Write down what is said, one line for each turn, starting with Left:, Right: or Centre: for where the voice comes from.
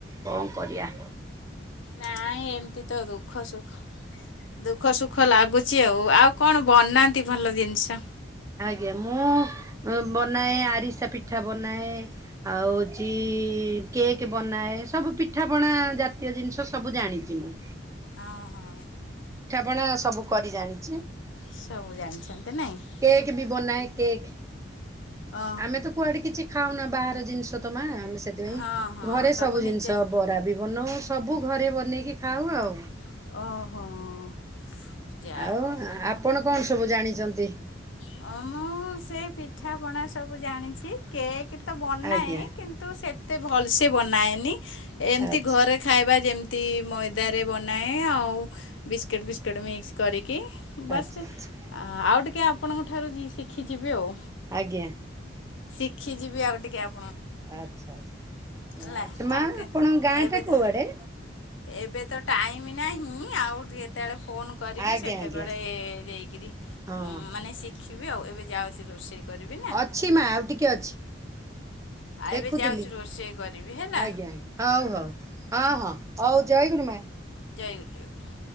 Right: କଣ କରିଆ?
Left: ନାଇଁ ଏମିତି ତ ଦୁଃଖ ସୁଖ ଦୁଃଖ ସୁଖ ଲାଗୁ ଚି ଆଉ। ଆଉ କଣ ବନାନ୍ତି ଭଲ ଜିନଷ?
Right: ଆଜ୍ଞା ମୁଁ ବନାଏ ଆରିସା ପିଠା ବନାଏ, ଆଉ ହଉଛି କେକ୍ ବନାଏ, ସବୁ ପିଠାପଣା ଜାତୀୟ ଜିନିଷ ସବୁ ଜାଣିଚି ମୁଁ।
Left: ଓହୋ।
Right: ପଣା ସବୁ କରି ଜାଣିଚି।
Left: ସବୁ ଜାଣିଛନ୍ତି ନାଇଁ?
Right: କେକ୍ ବି ବନାଏ କେକ୍।
Left: ଅ
Right: ଆମେ ତ କୁଆଡେ କିଛି ଖାଉନା ବାହାର ଜିନିଷ ତ ମାଆ। ଆମେ ସେଥିପାଇଁ
Left: ହଁ ହଁ
Right: ଘରେ ସବୁ
Left: ନିଜେ
Right: ଜିନିଷ ବରା ବି ବନଉ ସବୁ ଘରେ ବନେଇକି ଖାଉ ଆଉ।
Left: ଓହୋ। ଯା
Right: ଆଉ
Left: ହଉ
Right: ଆପଣ କଣ ସବୁ ଜାଣିଚନ୍ତି?
Left: ଅ ମୁଁ ସେ ପିଠାପଣା ସବୁ ଜାଣିଛି। କେକ୍ ତ ବନାଏ
Right: ଆଜ୍ଞା
Left: କିନ୍ତୁ ସେତେ ଏତେ ଭଲସେ ବନାଏନି। ଏମତି
Right: ଆଚ୍ଛା
Left: ଘରେ ଖାଇବା ଯେମତି ମଇଦାରେ ବନାଏ, ଆଉ ବିଷ୍ଟିଟ୍ ଫିଷ୍ଟିଟ୍ ମିକ୍ସ କରି କି ବାସ୍
Right: ଆଚ୍ଛା ଆଚ୍ଛା
Left: ଆଉ ଟିକେ ଆପଣଙ୍କ ଠାରୁ ଶିଖିଯିବି ଆଉ।
Right: ଆଜ୍ଞା।
Left: ଶିଖି ଯିବି ଆଉ ଟିକେ ଆପ
Right: ଆଚ୍ଛା ଆଚ୍ଛା।
Left: ହେଲା
Right: ଆଚ୍ଛା ମା
Left: ଆଉ
Right: ଆପଣଙ୍କ ଗାଁଟା
Left: ଏବେ ତ
Right: କୋଉଆଡ଼େ?
Left: ଏବେ ତ ଟାଇମ୍ ନାହିଁ ଆଉ ଯେତେବେଳେ ଫୋନ୍ କରିବି
Right: ଆଜ୍ଞା
Left: ସେତେବେଳେ
Right: ଆଜ୍ଞା
Left: ଯାଇକିରି
Right: ହଁ
Left: ଉମ୍ ଶିଖିବି ଆଉ। ଏବେ ଯାଉଛି ରୋଷେଇ କରିବି ନା
Right: ଅଛି ମା ଆଉ ଟିକେ ଅଛି।
Left: ଆଉ
Right: ଦେଖୁଥିଲି
Left: ଏବେ ଯାଉଛି ରୋଷେଇ କରିବି ହେଲା
Right: ଆଜ୍ଞା ହଉ ହଉ ହଁ ହଁ ହଉ ଜୟ ଗୁରୁମା।
Left: ଜୟ ଗୁରୁ ଜୟ ଗୁରୁ।